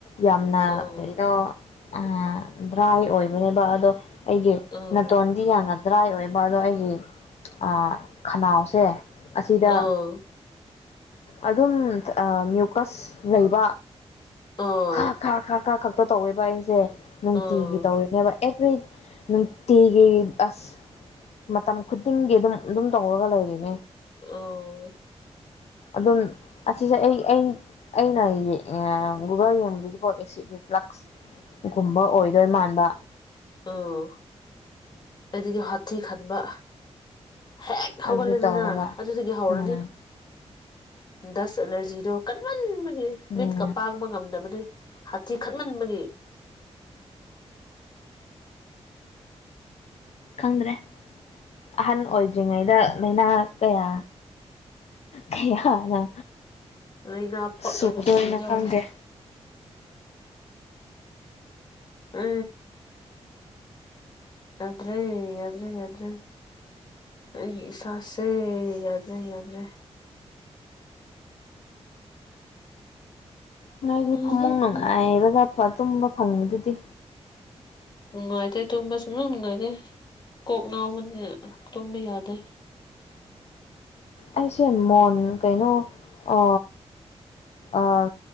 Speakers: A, on the left; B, on the left.
A: ꯌꯥꯝꯅ
B: ꯑꯥ
A: ꯀꯩꯅꯣ ꯑ ꯗ꯭ꯔꯥꯏ ꯑꯣꯏꯕꯅꯦꯕ ꯑꯗꯣ ꯑꯩꯒꯤ
B: ꯑꯥ
A: ꯅꯇꯣꯟꯗꯤ ꯌꯥꯝꯅ ꯗ꯭ꯔꯥꯏ ꯑꯣꯏꯕ ꯑꯗꯣ ꯑꯩꯒꯤ ꯑ ꯈꯅꯥꯎꯁꯦ ꯑꯁꯤꯗ
B: ꯑꯥ
A: ꯑꯗꯨꯝ ꯇ ꯑꯥ ꯃ꯭ꯌꯨꯀꯁ ꯂꯩꯕ
B: ꯑꯥ
A: ꯈ ꯈꯥ ꯈꯥ ꯈꯔ ꯈꯛꯇ ꯇꯧꯋꯦꯕ ꯑꯩꯁꯦ ꯅꯨꯡꯇꯤꯒꯤ
B: ꯑꯥ
A: ꯇꯧꯔꯤꯅꯦꯕ ꯑꯦ__ ꯅꯨꯡꯇꯤꯒꯤ ꯑꯁ ꯃꯇꯝ ꯈꯨꯗꯤꯡꯒꯤ ꯑꯗꯨꯝ ꯑꯗꯨꯝ ꯇꯧꯔꯒ ꯂꯩꯔꯤꯅꯦ
B: ꯑꯥ
A: ꯑꯗꯨꯝ ꯑꯁꯤꯁꯦ ꯑꯩ ꯑꯩꯅ ꯒꯨꯒꯜ ꯌꯦꯡꯕꯗꯗꯤꯀꯣ ꯑꯦꯁꯤꯠ ꯔꯤꯐ꯭ꯂꯛꯁꯒꯨꯝꯕ ꯑꯣꯏꯗꯣꯏ ꯃꯥꯟꯕ
B: ꯑꯣ ꯑꯗꯨꯗꯤ ꯍꯥꯊꯤ ꯈꯟꯕ ꯍꯦꯛ ꯍꯧꯒꯠꯂꯦꯗꯅ
A: ꯑꯗꯨ ꯇꯧꯔꯒ
B: ꯑꯗꯨꯗꯒꯤ ꯍꯧꯔꯅꯤ
A: ꯎꯝ
B: ꯗꯁ ꯑꯦꯂꯔꯖꯤꯗꯣ ꯀꯟꯃꯥꯟ
A: ꯎꯝ
B: ꯃꯤꯠꯀ ꯄꯥꯡꯕ ꯉꯝꯗꯕꯅꯤ ꯍꯥꯊꯤ ꯈꯠꯃꯟꯕꯒꯤ
A: ꯈꯪꯗ꯭ꯔꯦ ꯑꯍꯟ ꯑꯣꯏꯗ꯭ꯔꯤꯉꯩꯗ ꯂꯥꯏꯅꯥ ꯀꯌꯥ ꯀꯌꯥꯅ
B: ꯂꯩꯅ ꯄꯛꯂꯒꯥ
A: ꯁꯨꯗꯣꯏꯅꯣ
B: ꯁꯤꯗꯣꯔꯦ
A: ꯈꯪꯗꯦ
B: ꯑ ꯌꯥ꯭ꯗꯔꯦ ꯌꯥꯗ꯭ꯔꯦ ꯌꯥꯗ꯭ꯔꯦ ꯑꯩꯒꯤ ꯏꯁꯥꯁꯦ ꯌꯥꯗ꯭ꯔꯦ ꯌꯥꯗ꯭ꯔꯦ
A: ꯅꯣꯏꯒꯤ
B: ꯎꯝꯍꯨꯝ
A: ꯐꯃꯨꯡ ꯅꯨꯡꯉꯥꯏꯕ__
B: ꯍꯨꯝ
A: ꯇꯨꯝꯕ ꯐꯪꯉꯤ ꯑꯗꯨꯗꯤ
B: ꯅꯨꯡꯉꯥꯏꯇꯦ ꯇꯨꯝꯕ ꯁꯨꯡꯅꯨꯡ ꯅꯨꯡꯉꯥꯏꯇꯦ ꯀꯣꯛ ꯉꯥꯎꯕꯅꯤ ꯇꯨꯝꯕ ꯌꯥꯗꯦ
A: ꯑꯩꯁꯦ ꯃꯣꯟ ꯀꯩꯅꯣ ꯑ ꯑꯥ